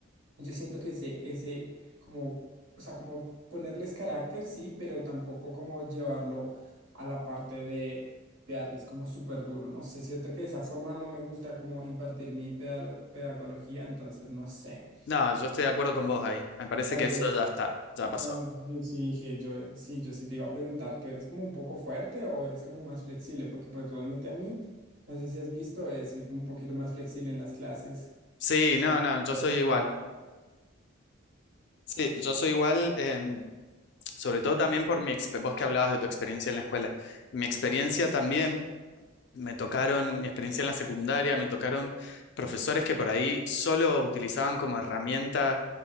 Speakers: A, on the right; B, on the left.
A: yo siento que ese, ese, como, o sea, como ponerles carácter, sí, pero tampoco como llevarlo a la parte de, de darles como súper duro, no sé, siento que de esa forma no me gusta como impartir mi pedalo- pedagogía, entonces no sé,
B: No, yo estoy de acuerdo con vos ahí. Me parece
A: tal
B: que
A: vez.
B: eso ya está, ya pasó.
A: No, yo sí dije, yo sí, yo sí te iba a preguntar, ¿tú eres como un poco fuerte o eres como más flexible? Porque pues realmente a mí, no sé si has visto, eh, soy como un poquito más flexible en las clases.
B: Sí,
A: O sea,
B: no,
A: como
B: no, yo
A: relajado,
B: soy igual. Sí, yo soy igual, em, sobre todo también por mi experiencia, vos que hablabas de tu experiencia en la escuela. Mi experiencia también, me tocaron, mi experiencia en la secundaria, me tocaron profesores que por ahí solo utilizaban como herramienta,